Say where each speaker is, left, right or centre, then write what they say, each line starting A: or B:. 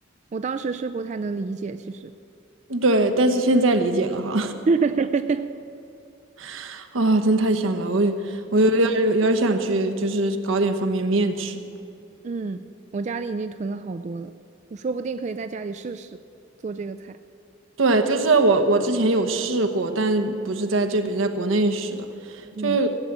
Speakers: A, on the right; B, on the right.
A: 我当时是不太能理解，其实。
B: 对，但是现在理解了哈，
A: <laughs>
B: <laughs> 啊，真太香了，我有我有点有点想去，就是搞点方便面吃。
A: 嗯，我家里已经囤了好多了，我说不定可以在家里试试做这个菜。
B: 对，就是我我之前有试过，但不是在这边，在国内试的，
A: 嗯，
B: 就是